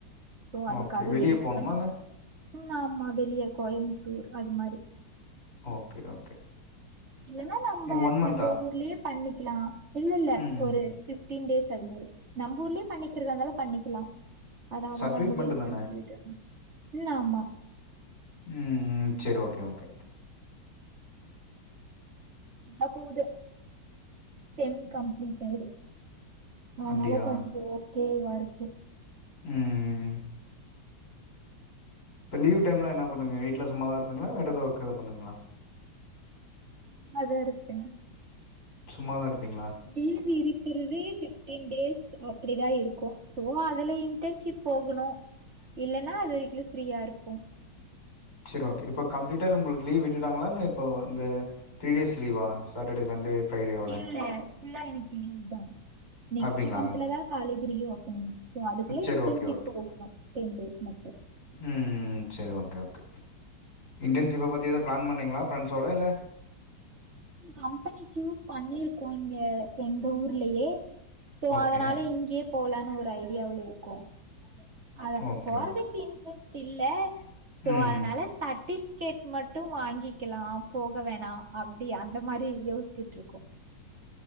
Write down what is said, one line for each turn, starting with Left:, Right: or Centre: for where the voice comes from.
Right: சோ அதுக்காக
Left: ஓகே வெளியே
Right: வெய்ட்
Left: போகணுமா
Right: பண்ணிட்டு
Left: இல்லை
Right: இருக்க ம் ஆமா வெளிய கோயமுத்தூர் அது மாரி
Left: ஓகே ஓகே
Right: இல்லன்னா நம்ப
Left: ஒன் மந்த்தா
Right: நம்ப ஊர்லயே பண்ணிக்லா இல்ல இல்ல
Left: ம்
Right: ஒரு பிஃப்டீன் டேஸ் அது மாரி நம்ப ஊர்லே பண்ணிக்கிறதா இருந்தாலு பண்ணிக்கிலா அது அவங்க
Left: சர்டிஃபிகேட்
Right: அவங்க விருப்பன்
Left: மட்டுந்தான
Right: சொல்லிட்டு ம் ஆமா
Left: ம் சரி ஓகே ஓகே
Right: நாக் கூத செம் கம்ப்லீட்டேடு அதனால
Left: அப்டியா
Right: கொஞ்சோ ஓகேவாருக்கு
Left: ம் இப்ப லீவ் டைம்ல என்னா பண்ணுவீங்க வீட்ல சும்மா தா இருப்பீங்ளா வேற எதோ ஒர்க் எதோ பண்ணுவீங்ளா
Right: <unintelligible>
Left: சும்மா தா இருப்பீங்ளா
Right: லீவ் இருக்குறதே பிஃப்டீன் டேஸ் அப்டிதா இருக்கு சோலா அதுல இன்டர்ன்ஷிப் போகுணு இல்லனா அது வரிக்லு ஃப்ரீயா இருப்போ
Left: செரி ஓகே இப்போ கம்ப்ளீட்டா இதுல உங்களுக்கு லீவ் விட்டுட்டாங்களா இல்ல இப்போ இந்த த்ரீ டேஸ் லீவா சட்டடே சண்டே ஃப்ரைடேவோட
Right: இல்லே ஃபுல்லா எனக்கு லீவுதாம் நெக்ஸ்ட்டு
Left: அப்டிங்களா
Right: மன்த்துலதா காலேஜூ ரீ ஓப்பனிங் சோ அதுக்குள்ள
Left: செரி
Right: இன்டர்ன்ஷிப்
Left: ஓகே ஓகே
Right: போண்ணு டென் டேஸ் மட்டு
Left: ம் செரி ஓகே ஓகே இன்டர்ன்ஷிப்ப பத்தி ஏதோ பிளான் பண்ணிங்ளா ஃப்ரெண்ட்ஸ் ஓட இல்ல
Right: கம்பெனி சூஸ் பண்ணிருக்கோ இங்க எங்க ஊர்லயே சோ
Left: ஓகே
Right: அதனால இங்கியே போலானு ஒரு ஐடியாவுல இருக்கோ அதல
Left: ஓகே
Right: போறதுக்கு
Left: ஓகே
Right: இன்ட்ரெஸ்ட் இல்ல சோ
Left: ம்
Right: அதனால சர்ட்டிபிகேட் மட்டு வாங்கிக்கலா போக வேணா அப்டி அந்த மாரி யோசிச்சுட்டு இருக்கோ